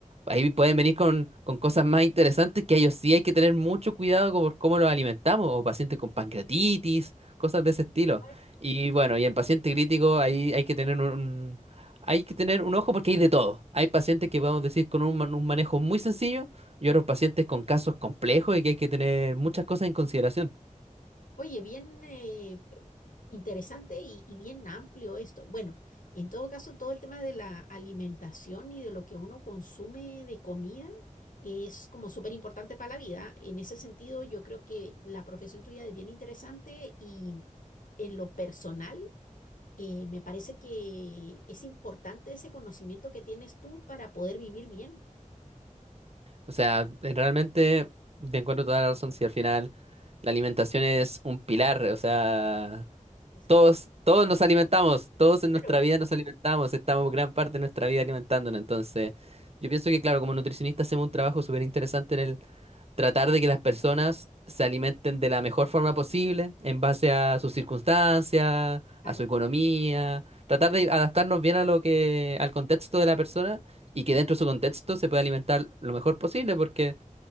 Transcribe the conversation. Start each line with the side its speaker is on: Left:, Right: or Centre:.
Right: Ahí pueden venir con, con cosas más interesantes que a ellos sí hay que tener mucho cuidado con por cómo los alimentamos, o pacientes con pancreatitis, cosas de ese estilo.
Left: <laughs>
Right: Y bueno, y en paciente crítico ahí hay que tener un, hay que tener un ojo porque hay de todo. Hay pacientes que podemos decir con un, man- un manejo muy sencillo y otros pacientes con casos complejos y que hay que tener muchas cosas en consideración.
Left: Oye, bien eh, interesante y, y bien amplio esto. Bueno, en todo caso, todo el tema de la alimentación y de lo que uno consume de comida es como súper importante para la vida. En ese sentido, yo creo que la profesión tuya es bien interesante y en lo personal, eh, me parece que es importante ese conocimiento que tienes tú para poder vivir bien.
Right: O sea, eh, realmente te encuentro toda la razón si al final la alimentación es un pilar, o sea...
Left: Es-
Right: Todos, todos nos alimentamos, todos en nuestra
Left: Claro,
Right: vida nos alimentamos, estamos gran parte de nuestra vida alimentándonos. Entonces, yo pienso que, claro, como nutricionista hacemos un trabajo súper interesante en el tratar de que las personas se alimenten de la mejor forma posible, en base a sus circunstancias,
Left: claro,
Right: a su economía, tratar de adaptarnos bien a lo que, al contexto de la persona y que
Left: ya,
Right: dentro de su contexto se pueda alimentar lo mejor posible, porque